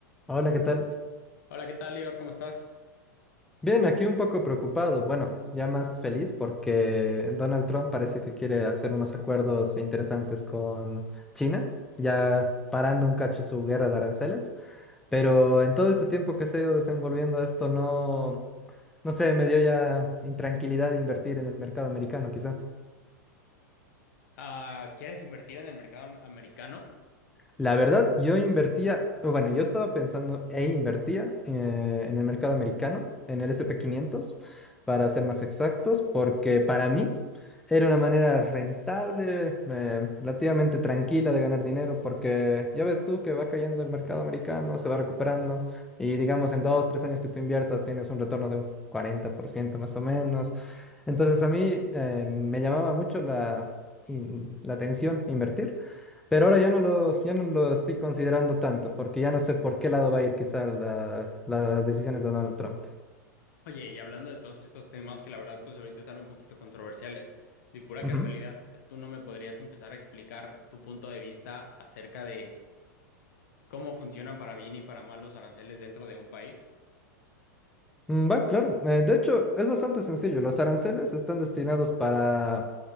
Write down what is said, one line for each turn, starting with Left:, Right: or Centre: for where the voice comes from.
Centre: Hola, ¿qué tal?
Left: Hola, ¿qué tal, Lior? ¿Cómo estás?
Centre: Bien, aquí un poco preocupado, bueno, ya más feliz porque Donald Trump parece que quiere hacer unos acuerdos interesantes con China, ya parando un cacho su guerra de aranceles, pero en todo este tiempo que se ha ido desenvolviendo esto no, no sé, me dio ya intranquilidad invertir en el mercado americano, quizá.
Left: Ah, ¿quieres invertir en el mercado americano?
Centre: La verdad, yo invertía, o bueno, yo estaba pensando e invertía eh, en el mercado americano, en el S&P 500, para ser más exactos, porque para mí era una manera rentable, eh, relativamente tranquila de ganar dinero, porque ya ves tú que va cayendo el mercado americano, se va recuperando, y digamos en dos, tres años que tú inviertas tienes un retorno de un 40% más o menos. Entonces a mí eh, me llamaba mucho la, in- la atención invertir. Pero ahora ya no lo, ya no lo estoy considerando tanto, porque ya no sé por qué lado va a ir quizá la- la- las decisiones de Donald Trump.
Left: Oye, y hablando de todos estos temas que la verdad pues ahorita están un poquito controversiales, de pura
Centre: Ujú.
Left: casualidad, ¿tú no me podrías empezar a explicar tu punto de vista acerca de cómo funcionan para bien y para mal los aranceles dentro de un país?
Centre: Mm, Va, claro. Eh, de hecho, es bastante sencillo. Los aranceles están destinados para